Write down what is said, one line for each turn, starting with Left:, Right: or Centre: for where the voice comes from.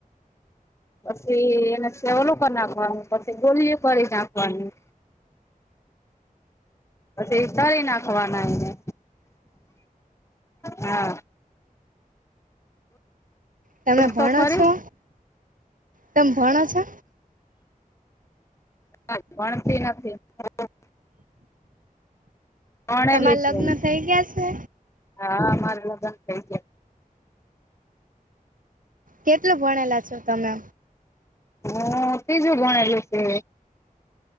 Left: પછી એને સેવલો કર નાખવાનું પછી ગોલીઓ કરી નાખવાની પછી તાળી નાખવાના એને, હા
Right: તમે
Left: બોલ
Right: ભણો
Left: તો ખરી
Right: છો, તમ ભણો છો.
Left: ના ભણતી નથી હું. પરણેલી
Right: તમારા
Left: છું
Right: લગ્ન થઈ ગયા છે
Left: હા મારે લગન થઈ ગ્યા.
Right: કેટલું ભણેલા છો તમે.
Left: હું ત્રીજું ભણેલી છે.